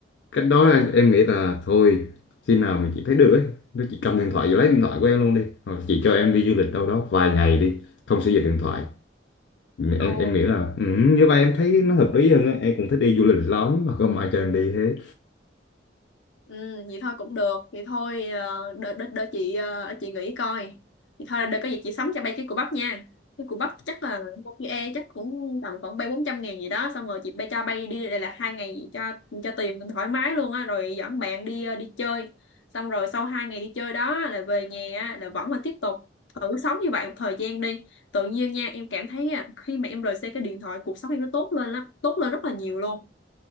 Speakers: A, on the left; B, on the left.
A: Cách đó là em nghĩ là thôi khi nào mình chỉ thấy được ấy nó chỉ cầm điện thoại và lấy điện thoại của em luôn đi hoặc là chị cho em đi du lịch đâu đó vài ngày đi không sử dụng điện thoại
B: Ồ.
A: em em nghĩ là ừ, như vậy em thấy nó hợp lý hơn á em cũng thích đi du lịch lắm mà không ai cho em đi thế
B: Ừ, vậy thôi cũng được. Vậy thôi ờ, đợi đợi đợi chị ờ, chị nghĩ coi. Vậy thôi đợi có gì chị sắm cho bay cái củ bắp nha. Cái củ bắp chắc là một cái e chắc cũng tầm khoảng bay 400 ngàn gì đó xong rồi chị bay cho bay đi đây là hai ngày cho cho tiền thoải mái luôn á rồi dẫn bạn đi ờ, đi chơi. Xong rồi sau hai ngày đi chơi đó là về nhà á, là vẫn là tiếp tục thử sống như vậy một thời gian đi. Tự nhiên nha, em cảm thấy á, khi mà em rời xa cái điện thoại cuộc sống em nó tốt lên lắm, tốt lên rất là nhiều luôn